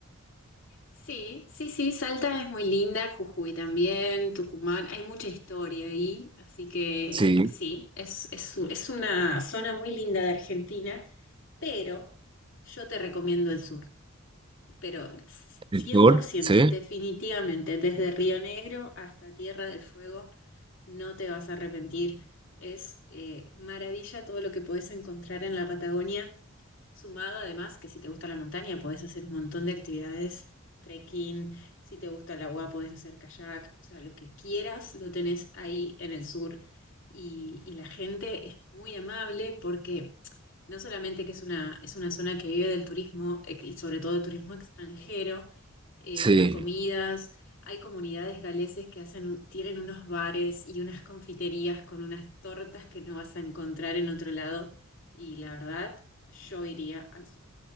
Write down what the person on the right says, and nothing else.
Sí.
¿El
sur?
Sí.
Sí.